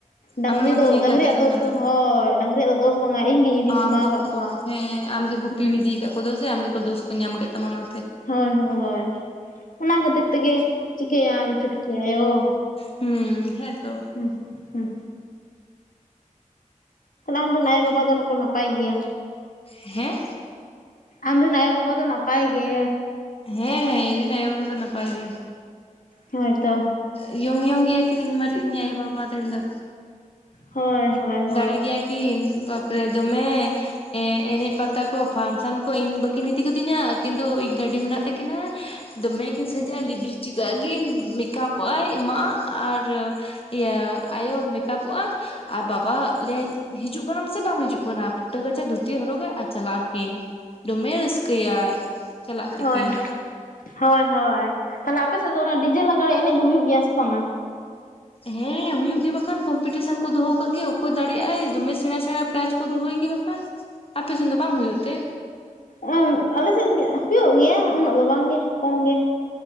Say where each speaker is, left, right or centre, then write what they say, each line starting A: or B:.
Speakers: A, on the left (about 85°); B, on the left (about 45°).
A: ᱰᱟᱝᱨᱤ
B: ᱟᱢᱮᱢ ᱟᱹᱛᱤᱧᱮᱫ
A: ᱫᱚ ᱰᱟᱹᱝᱨᱤᱭᱟᱜ
B: ᱠᱟᱱ ᱛᱟᱦᱮᱸᱫ
A: ᱫᱚᱥ
B: ᱢᱟᱱᱮ
A: ᱫᱚ ᱦᱳᱭ ᱰᱟᱹᱝᱨᱤᱭᱟᱜ ᱫᱚᱥ ᱫᱚ ᱵᱟᱝᱟ ᱤᱧ ᱜᱤᱧ ᱤᱫᱤ ᱥᱟᱢᱵᱟᱣ
B: ᱟᱢ ᱜᱩᱯ
A: ᱟᱠᱟᱫ ᱠᱚᱣᱟ᱾
B: ᱦᱮᱸ ᱟᱢᱜᱮ ᱜᱩᱯᱤᱢ
A: ᱦᱩᱸ
B: ᱤᱫᱤ ᱟᱠᱟᱫ ᱠᱚᱫᱚ ᱥᱮ ᱟᱢᱜᱮᱠᱚ ᱫᱳᱥ ᱠᱚ ᱧᱟᱢ ᱠᱮᱫ ᱛᱟᱢᱟ ᱚᱱᱟ
A: ᱦᱳᱭ ᱦᱳᱭ ᱚᱱᱟ ᱠᱷᱟᱹᱛᱤᱨ ᱛᱮᱜᱮ ᱪᱤᱠᱟᱹᱭᱟᱢ ᱪᱷᱩᱴᱠᱤ ᱟᱭᱳ
B: ᱦᱩᱸᱻ ᱦᱮᱸᱛᱚ
A: ᱦᱩᱸᱜ ᱦᱩᱸᱜ ᱟᱢ ᱨᱤᱱ ᱟᱭᱳᱼᱵᱟᱵᱟ
B: ᱦᱮᱸ
A: ᱫᱚᱠᱚ ᱱᱟᱯᱟᱭ ᱜᱮᱭᱟ᱾
B: ᱦᱮᱸ
A: ᱟᱢ ᱨᱤᱱ ᱟᱭᱳᱼᱵᱟᱵᱟ ᱫᱚ ᱱᱟᱯᱟᱭ ᱜᱮ
B: ᱦᱮᱸ ᱦᱮᱸ ᱤᱧ ᱨᱤᱱ ᱟᱭᱳᱼᱵᱟᱵᱟ ᱫᱚ ᱱᱟᱯᱟᱭ ᱜᱮ᱾
A: ᱦᱳᱭᱛᱚ
B: ᱤᱭᱚᱝᱼᱤᱭᱚᱝ ᱜᱮᱭᱟᱠᱤᱱ ᱤᱧ ᱢᱟᱨᱤᱡ ᱤᱧ ᱟᱭᱳᱼᱵᱟᱵᱟ ᱛᱤᱧ ᱫᱚ
A: ᱦᱳᱭ ᱦᱳᱭ ᱦᱳᱭ
B: ᱫᱟᱲᱮ ᱜᱮᱭᱟ ᱠᱤᱱ ᱵᱟᱯᱨᱮ ᱫᱚᱢᱮ ᱮᱸ ᱮᱱᱮᱡ ᱯᱟᱛᱟ ᱠᱚ ᱯᱷᱟᱱᱥᱚᱱ ᱠᱚ ᱤᱧ ᱵᱟᱹᱠᱤᱱ ᱤᱫᱤ ᱜᱚᱫᱤᱧᱟ ᱟᱠᱤᱱ ᱫᱚ ᱜᱟᱹᱰᱤ ᱢᱮᱱᱟᱜ ᱛᱮ ᱠᱤᱱᱟ ᱫᱚᱢᱮ ᱠᱤᱱ ᱥᱟᱡᱟᱜᱼᱟ ᱞᱤᱯᱥᱴᱤᱠᱚᱜ ᱟᱠᱤᱱ ᱢᱮᱠᱟᱯᱚᱜ ᱟᱭ ᱢᱟ ᱟᱨ ᱤᱭᱟᱹ ᱟᱭᱳ ᱢᱮᱠᱟᱯᱚᱜ-ᱟᱭ ᱟᱨ ᱵᱟᱯ ᱵᱟ ᱞᱟᱹᱭᱟᱭ ᱦᱤᱡᱩᱜ ᱠᱟᱱᱟᱢ ᱥᱮ ᱵᱟᱢ ᱦᱤᱡᱩᱜ ᱠᱟᱱᱟ ᱯᱷᱩᱴᱟᱹ ᱜᱟᱪᱷᱟ ᱫᱷᱩᱛᱤ ᱦᱚᱨᱚᱜᱟᱭ ᱟᱨ ᱪᱟᱞᱟᱜᱼᱟᱠᱤᱱ ᱫᱚᱢᱮ ᱨᱟᱹᱥᱠᱟᱹᱭᱟᱭ ᱪᱟᱞᱟᱜ ᱛᱮᱠᱤᱱ
A: ᱦᱳᱭ ᱦᱳᱭ ᱦᱳᱭ ᱛᱟᱦᱚᱞᱮ ᱟᱯᱮ ᱥᱮᱫ ᱫᱚ ᱚᱱᱟ ᱰᱤᱡᱮ ᱞᱟᱜᱽᱬᱮ ᱮᱱᱮᱡ ᱫᱚ ᱦᱩᱭᱩᱜ ᱜᱮᱭᱟ ᱥᱮ ᱵᱟᱝᱟ?
B: ᱦᱮᱸ ᱦᱩᱭᱩᱜ ᱜᱮ ᱵᱟᱠᱷᱟᱱ ᱠᱚᱢᱯᱤᱴᱤᱥᱚᱱ ᱠᱚ ᱫᱚᱦᱚ ᱠᱟᱜ ᱜᱮ ᱚᱠᱚᱭ ᱫᱟᱲᱮᱭᱟᱜ-ᱟᱭ ᱫᱚᱢᱮ ᱥᱮᱬᱟ ᱥᱮᱬᱟ ᱯᱨᱟᱭᱤᱡᱽ ᱠᱚ ᱫᱚᱦᱚᱭ ᱜᱮ ᱵᱟᱠᱷᱟᱱ ᱟᱯᱮ ᱥᱮᱱ ᱫᱚ ᱵᱟᱝ ᱦᱩᱭᱩᱜ ᱛᱮ?
A: <unintelligible> ᱟᱞᱮᱥᱮᱫ ᱦᱩᱭᱩᱜ ᱜᱮᱭᱟ ᱩᱱᱟᱹᱜ ᱫᱚ ᱵᱟᱝᱜᱮ ᱠᱚᱢ ᱜᱮ᱾